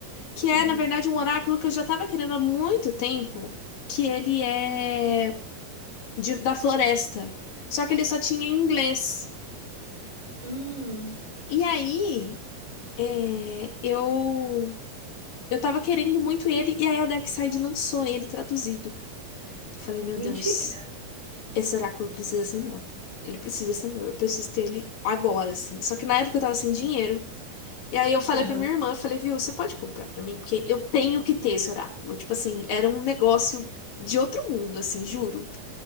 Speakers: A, on the left (about 75°); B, in the centre.
A: que é,
B: Uhum.
A: na verdade, um oráculo que eu já estava querendo há muito tempo, que ele é de- da floresta. Só que ele só tinha em inglês.
B: Hum,
A: E aí, é, eu eu tava querendo muito ele, e aí a Darkseid lançou ele traduzido. Eu falei, meu
B: mentira.
A: Deus, esse oráculo precisa ser meu. Ele precisa ser meu, eu preciso ter ele agora, assim. Só que na época eu tava sem dinheiro. E aí eu falei
B: Aham,
A: pra minha irmã, eu falei, viu, você pode comprar pra mim? Porque eu tenho que ter esse oráculo. Tipo assim, era um negócio de outro mundo, assim, juro.